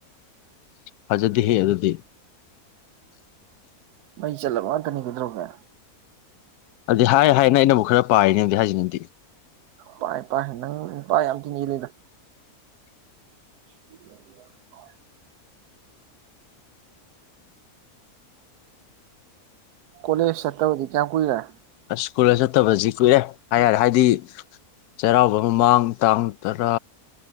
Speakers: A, on the left (about 85°); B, on the right (about 85°).
A: ꯐꯖꯗꯦꯍꯦ ꯑꯗꯨꯗꯤ
B: ꯃꯧ ꯆꯠꯂꯕ ꯇꯅꯤ ꯀꯧꯗꯧꯔꯒꯦ
A: ꯑꯗꯨꯗꯤ ꯍꯥꯏ ꯍꯥꯏꯅ ꯑꯩꯅꯕꯨ ꯈꯔ ꯄꯥꯏꯔꯤꯅꯦ ꯑꯗꯨꯗꯤ ꯍꯥꯏꯁꯤ ꯅꯗꯤ
B: ꯄꯥꯏ ꯄꯥꯏ ꯅꯪ ꯄꯥꯏ ꯌꯥꯝ ꯊꯤꯅ ꯍꯦꯟꯂꯤꯗ <unintelligible> ꯀꯣꯂꯦꯖ ꯆꯠꯇꯥꯕꯗꯤ ꯀꯌꯥꯝ ꯀꯨꯏ ꯔꯦ?
A: ꯁ꯭ꯀꯨꯜꯗ ꯆꯠꯇꯕꯁꯤ ꯀꯨꯏꯔꯦ ꯍꯥꯏ ꯌꯥꯔꯦ ꯍꯥꯏꯗꯤ ꯆꯩꯔꯥꯎꯕ ꯃꯃꯥꯡ ꯇꯥꯡ ꯇꯔꯥ